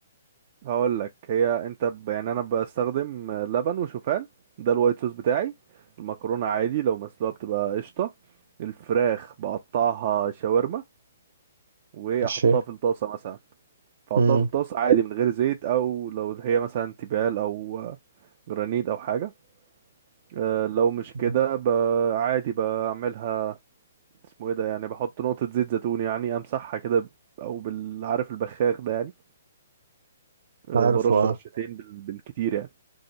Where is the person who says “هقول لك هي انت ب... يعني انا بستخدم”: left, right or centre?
Right